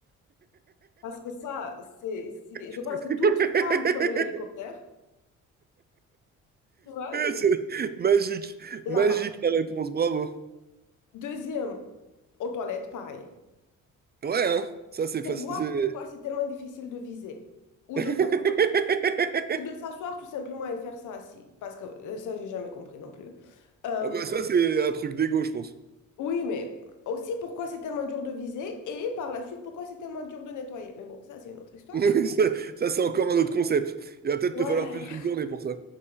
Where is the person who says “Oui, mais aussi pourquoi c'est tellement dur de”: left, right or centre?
Left